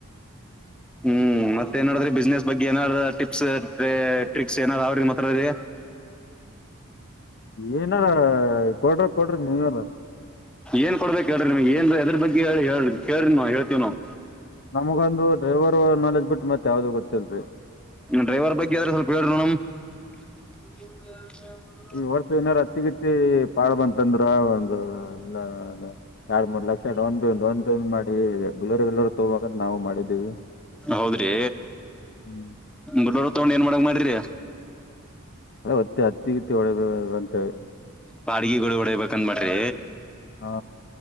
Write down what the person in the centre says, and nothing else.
ಹ್ಮ್ ಮತ್ತೆ ಏನಡ್ರೆ ಬಿಸ್ನೆಸ್ ಬಗ್ಗೆ ಏನಾರ ಟಿಪ್ಸ್ ರೇ ಟ್ರಿಕ್ಸ್ ಏನಾರ ಅವ್ರಿಗೆ ಮಾತಾಡರಿ
ಏನ್ ಕೊಡ್ಬೇಕ ಹೇಳ್ರಿ ನೀಮಗ ಏನ್ ಏದ್ರ ಬಗ್ಗೆ ಹೇಳ ಕೇಳಿರಿ ನಾವು ಹೇಳತ್ತಿವ ನಾವು
ಡ್ರೈವರ್ ಬಗ್ಗೆ ಆದ್ರ ಸ್ವಲ್ಪ ಹೇಳರಿ ನೋಡಮ್ಮ <inaudible>
ಹೌದ್ರೀ
ಬುಲೆರೊ ತಗೊಂಡ್ ಏನ್ ಮಾಡಬೇಕಂತ ಮಾಡಿರಿ
ಬಾಡ್ಗಿಗಳು ಹೊಡಿಬೇಕಂದ್ ಮಾಡ್ರಿ